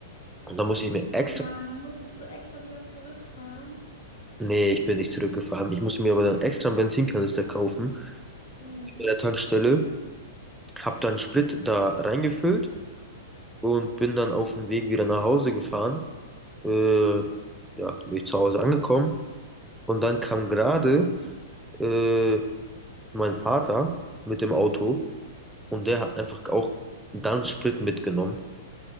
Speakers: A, in the centre; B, on the left.
A: Und dann musste ich mir extra.
B: Oh nein, dann musstest du extra wieder zurückfahren.
A: Nee, ich bin nicht zurückgefahren. Ich musste mir aber dann extra einen Benzinkanister kaufen
B: Mhm.
A: bei der Tankstelle. habe dann Sprit da reingefüllt und bin dann auf dem Weg wieder nach Hause gefahren. Äh, ja, bin ich zu Hause angekommen. Und dann kam gerade äh, mein Vater mit dem Auto und der hat einfach auch dann Sprit mitgenommen